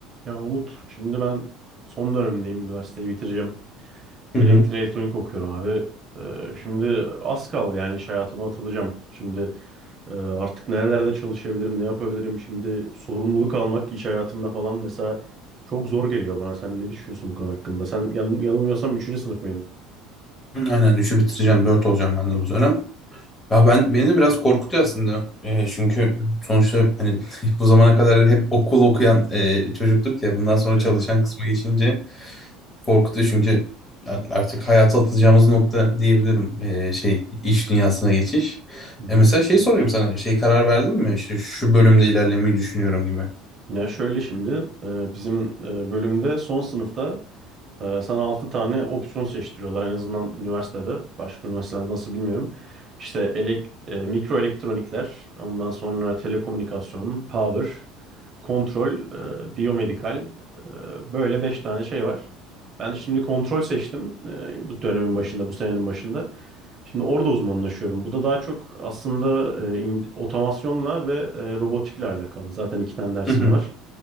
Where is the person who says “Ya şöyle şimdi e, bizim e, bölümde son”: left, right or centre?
Right